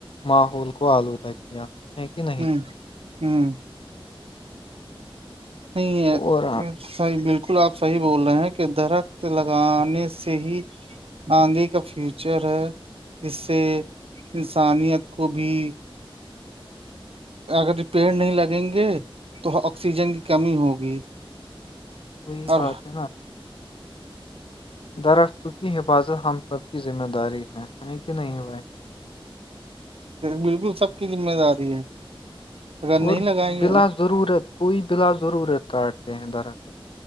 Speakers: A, on the left; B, on the right.
A: ماحول کو آلودہ کیا ہے کہ نہیں
B: ہوں ہوں نہیں ہے
A: اور
B: صحیح بالکل آپ صحیح بول رہے ہیں کہ درخت لگانے سے ہی آنگے کا فیوچر ہے اس سے انسانیت کو بھی اگر پیڑ نہیں لگیں گے تو آکسیجن کی کمی ہوگی
A: وہی
B: اور
A: بات ہے نا درخت کی حفاظت ہم سب کی ذمہ داری ہے ہے کہ نہیں بھائی
B: بالکل سب کی ذمہ داری ہے اگر نہیں
A: اور
B: لگائیں
A: بلاس
B: گے
A: ضرورت کوئی بلا ضرورت کاٹتے ہیں درخکت